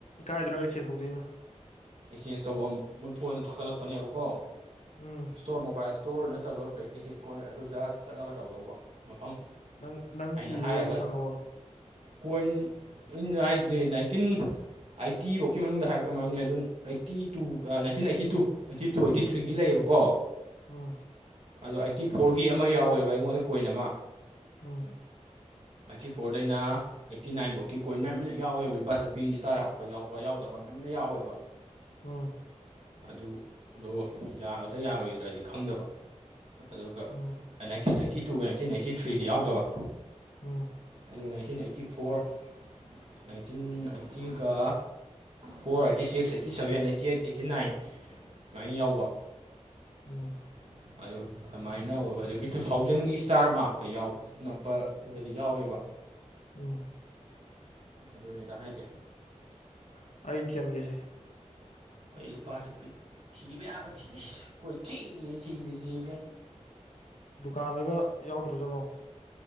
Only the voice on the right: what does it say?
ꯑꯦꯛꯆꯦꯟꯖ ꯇꯧꯕ ꯃꯣꯏ ꯐꯣꯟꯗ ꯊꯥꯒꯠꯂꯛꯄꯅꯦꯕꯀꯣ
ꯏꯁꯇꯣꯔ ꯃꯣꯕꯥꯏꯜ ꯏꯁꯇꯣꯔ ꯅꯠꯇꯕ ꯄ ꯑꯦꯁꯦ ꯀꯣꯏ ꯑꯗꯨꯗ ꯆꯠꯂꯒ ꯇꯧꯗꯧꯕ ꯃꯐꯝ <unintelligible>
ꯍꯥꯏꯅ
ꯍꯥꯏꯔꯒ
ꯀꯣꯏꯟ ꯑꯩꯅ ꯍꯥꯏꯗꯨꯅꯦ ꯅꯥꯏꯟꯇꯤꯟ ꯑꯩꯥꯏꯠꯇꯤꯐꯧꯒꯤ ꯃꯅꯨꯡꯗ ꯍꯥꯏꯕꯒ ꯃꯔꯝꯅꯤ ꯑꯗꯨꯅ eighty two nineteen eighty two eighty two eighty ꯊ꯭ꯔꯤꯒꯤ ꯂꯩꯌꯦꯕꯀꯣ
ꯑꯗꯣ ꯑꯩꯠꯇꯤ ꯐꯣꯔꯒꯤ ꯑꯃ ꯌꯥꯎꯋꯦꯕ ꯑꯩꯉꯣꯟꯗ ꯀꯣꯏꯟ ꯑꯃ
ꯑꯩꯠꯇꯤ ꯐꯣꯔꯗꯩꯅ ꯑꯩꯠꯇꯤ ꯅꯥꯏꯟꯐꯕꯨꯛꯀꯤ ꯀꯣꯏꯟ ꯃꯌꯥꯝ ꯑꯃ ꯌꯥꯎꯋꯦꯕ ꯂꯨꯄꯥ ꯆꯄꯤ ꯏꯁꯇꯥꯔ ꯍꯛꯄ ꯌꯥꯎꯕ ꯌꯥꯎꯗꯕ ꯃꯌꯥꯝ ꯑꯃ ꯌꯥꯎꯋꯦꯕ
ꯑꯗꯨ ꯗꯣ ꯌꯥꯒꯗ ꯌꯥꯔꯣꯏꯗ꯭ꯔꯥꯗꯤ ꯈꯪꯗꯕ ꯑꯗꯨꯒ
nineteen eighty two nineteen eighty ꯊ꯭ꯔꯤꯗꯤ ꯌꯥꯎꯗꯕ
ꯑꯗꯨꯒ ꯅꯥꯏꯟꯇꯤꯟ ꯑꯩꯠꯇꯤ ꯐꯣꯔ ꯅꯥꯏꯟꯇꯤꯟ ꯑꯩꯠꯇꯤꯒ four eighty six eighty seven eighty eight eighty nine ꯁꯨꯃꯥꯏꯅ ꯌꯥꯎꯕ
<unintelligible> ꯑꯗꯨꯃꯥꯏꯅ ꯑꯣꯏꯕ ꯑꯗꯒꯤ ꯇꯨ ꯊꯥꯎꯖꯟꯒꯤ ꯏꯁꯇꯥꯔ ꯃꯥꯔꯛꯀ ꯌꯥꯎ ꯅꯞꯄꯒꯗꯤ ꯌꯥꯎꯋꯦꯕ
ꯑꯗꯨꯅꯦꯗ ꯍꯥꯏꯒꯦ
ꯑꯩ ꯂꯨꯄꯥꯁꯨꯄꯤ ꯊꯤꯕ ꯌꯥꯕ ꯊꯤꯁ ꯀꯣꯏ ꯊꯤꯌꯦꯦ ꯊꯤꯔꯤꯁꯤ ꯏꯕꯨꯡ